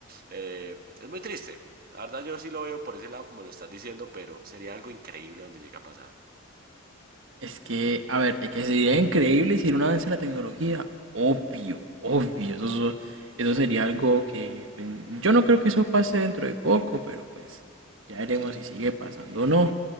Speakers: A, on the right (about 40°); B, on the right (about 60°).
A: Eh, es muy triste. La verdad yo sí lo veo por ese lado como lo estás diciendo, pero sería algo increíble donde llega a pasar.
B: Es que, a ver, de que sería increíble si era un avance en la tecnología, obvio, obvio, eso, so- eso sería algo que pues, yo no creo que eso pase dentro de poco, pero pues ya veremos si sigue pasando o no.